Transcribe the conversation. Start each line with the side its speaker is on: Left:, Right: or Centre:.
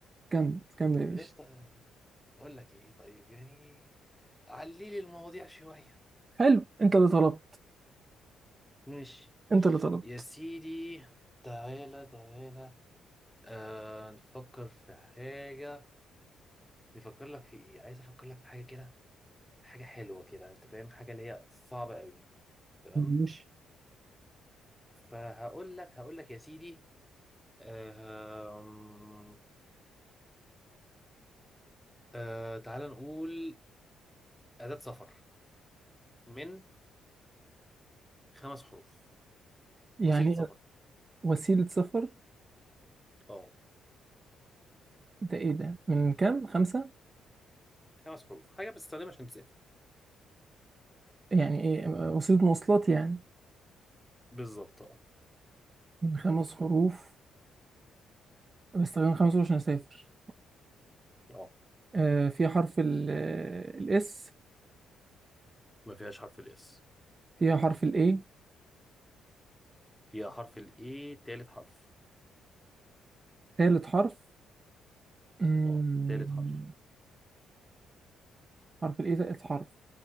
Right: كمل كمل يا باشا
Centre: يا اسطى اقول لك ايه طيب يعني علي لي المواضيع شوية
Right: حلو أنت اللي طلبت
Centre: ماشي
Right: أنت اللي طلبت
Centre: يا سيدي تعالى تعالى آه نفكر في حاجة نفكر لك في ايه عايز افكر لك في حاجة كده حاجة حلوة كده انت فاهم حاجة اللي هي صعبة قوي تمام
Right: ماشي
Centre: فهقول لك هقول لك يا سيدي آه آه تعالى نقول أداة سفر من خمس حروف
Right: يعني
Centre: وسيلة سفر
Right: وسيلة سفر
Centre: اه
Right: ده إيه ده من كام خمسة
Centre: خمس حروف حاجة بتستخدمها عشان تسافر
Right: يعني إيه وسيلة مواصلات يعني
Centre: بالظبط اه
Right: من خمس حروف بستخدم خمس حروف عشان أسافر
Centre: اه
Right: آه، فيها حرف الاس
Centre: ما فيهاش حرف الاس
Right: فيها حرف الاي
Centre: فيها حرف الايه تالت حرف
Right: ثالث حرف مم،
Centre: اه تالت حرف
Right: حرف الاي ثالث حرف